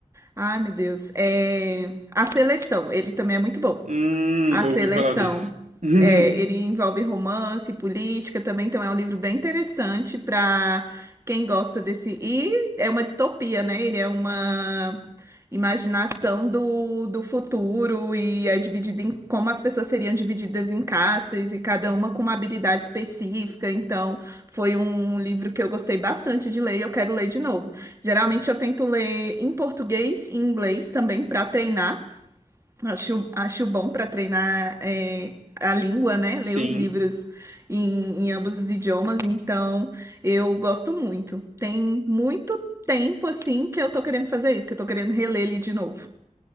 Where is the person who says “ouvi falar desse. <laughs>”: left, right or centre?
Right